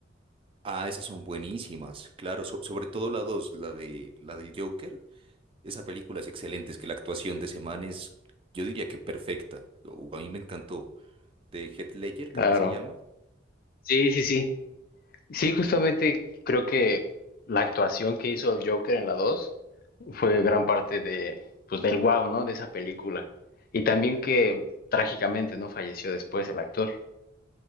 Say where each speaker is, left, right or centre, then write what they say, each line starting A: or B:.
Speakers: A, on the right; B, on the left.
A: Ah, esas son buenísimas, claro, so- sobre todo la dos, la de la del Joker. Esa película es excelente, es que la actuación de ese man es, yo diría que perfecta. o- A mí me encantó. De Heath Ledger,
B: Claro.
A: creo que se llama.
B: Sí, sí, sí. Sí, justamente creo que la actuación que hizo el Joker en la 2 fue gran parte de, pues, del wow, ¿no? De esa película. Y también que trágicamente, ¿no? Falleció después el actor.